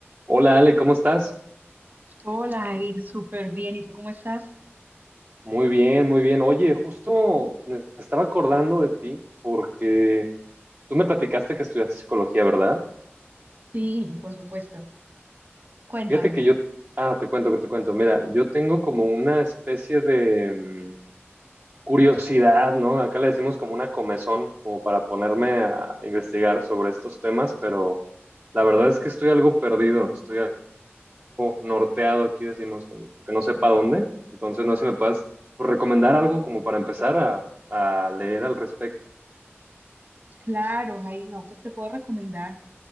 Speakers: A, on the right; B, on the right.
A: Hola Ale, ¿cómo estás?
B: Hola, Jair, súper bien. ¿Y tú cómo estás?
A: Muy bien, muy bien. Oye, justo me estaba acordando de ti porque tú me platicaste que estudiaste psicología, ¿verdad?
B: Sí, por supuesto. Cuéntame.
A: Fíjate que yo, ah, te cuento, que te cuento. Mira, yo tengo como una especie de mm, curiosidad, ¿no? Acá le decimos como una comezón, como para ponerme a investigar sobre estos temas, pero la verdad es que estoy algo perdido, estoy norteado aquí, decimos, que, que no sepa dónde. Entonces, no sé si me puedas pues, recomendar algo como para empezar a, a leer al respecto.
B: Claro, Jair, no, pues te puedo recomendar